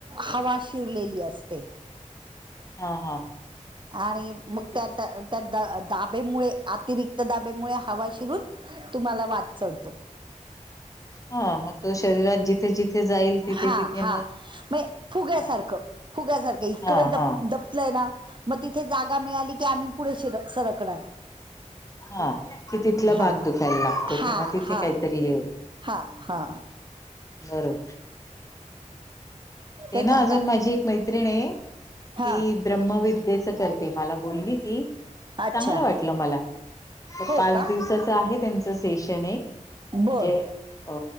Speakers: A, on the right (about 35°); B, on the left (about 25°).
A: हवा शिरलेली असते
B: हा हा
A: आणि मग त्या त्या द दाबेमुळे अतिरिक्त दाबेमुळे हवा शिरून तुम्हाला वाट चढतो
B: हा मग शरीरात जिथे जिथे जाईल तिथे
A: हा
B: तिथे
A: हा मग फुग्यासारखं
B: हा
A: फुग्यासारखं इकडे
B: हा
A: दब
B: हा
A: दब ना मग तिथे जागा मिळाली की आम्ही पुढे शीर सरकणार
B: हा की तिथला
A: हा
B: भाग दुखायला लागतो
A: हा
B: किंवा तिथे
A: हा
B: काहीतरी हे
A: हा हा
B: बरोबर ते
A: तेच
B: ना
A: आता
B: अजून माझी एक मैत्रिण आहे.
A: हा
B: ती ब्रहमविद्येच करते मला बोलली ती
A: अच्छा
B: चांगलं वाटलं मला तर
A: हो
B: पाच
A: का
B: दिवसाच आहे त्यांचं सेशन एक
A: बरं
B: म्हणजे अ